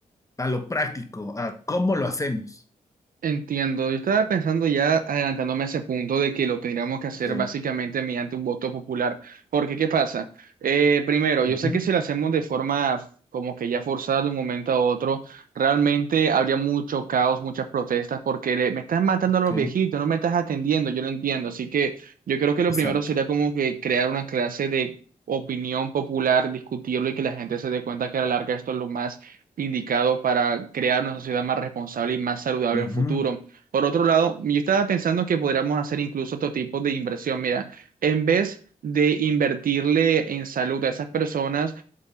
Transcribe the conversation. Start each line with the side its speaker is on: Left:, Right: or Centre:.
Left: a lo práctico, a cómo lo hacemos.
Right: Entiendo, yo estaba pensando ya adelantándome a ese punto de que lo tendríamos que hacer
Left: Sí.
Right: básicamente mediante un voto popular. Porque, ¿qué pasa? Eh, primero, yo
Left: Ujú,
Right: sé que si lo hacemos de forma como que ya forzada de un momento a otro, realmente habría mucho caos, muchas protestas, porque le- me estás matando
Left: Ok,
Right: a los viejitos, no me estás atendiendo, yo lo entiendo. Así que yo creo que lo
Left: exacto.
Right: primero sería como que crear una clase de opinión popular, discutirlo y que la gente se dé cuenta que a la larga esto es lo más indicado para crear una sociedad más responsable y más saludable
Left: Ujú,
Right: en futuro. Por otro lado, yo estaba pensando que podríamos hacer incluso otro tipo de inversión. Mira, en vez de invertirle en salud a esas personas,